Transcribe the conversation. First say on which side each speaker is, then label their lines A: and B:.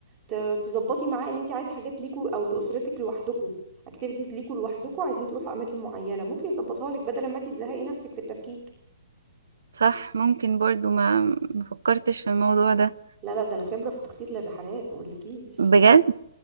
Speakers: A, on the right (about 35°); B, on the right (about 80°).
A: ت- تظبطي معاه ان انت عايزه حاجات ليكوا او لاسرتك لوحدكوا اكتيفيتيز ليكوا لوحدكوا عايزين تروحوا اماكن معينه ممكن يظبطها لك بدل ما انت تزهقي نفسك في التفكير
B: صح ممكن برضو ما ما فكرتش في الموضوع ده
A: لا لا ده انا خبره في التخطيط للرحلات ما اقولكيش
B: بجد